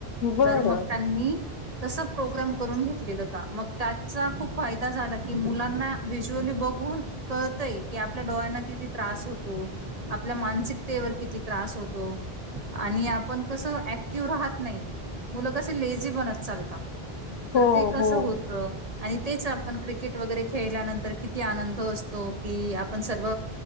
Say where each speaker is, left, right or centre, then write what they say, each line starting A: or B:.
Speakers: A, on the left; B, on the right.
A: बरं
B: तर मग त्यांनी तसा प्रोग्राम करून घेतलेला होता. मग त्याचा खूप फायदा झाला, की मुलांना व्हज्युअली बघून कळतय की आपल्या डोळ्यांना किती त्रास होतो. आपल्या मानसिकतेवर किती त्रास होतो. आणि आपण कस ऍक्टिव्ह राहत नाही. मुलं कसं लेझी बनत चालता,
A: हो
B: तर ते कसं
A: हो
B: होत? आणि तेच आपण क्रिकेट वगैरे खेळल्यानंतर किती आनंद असतो कि आपण सर्व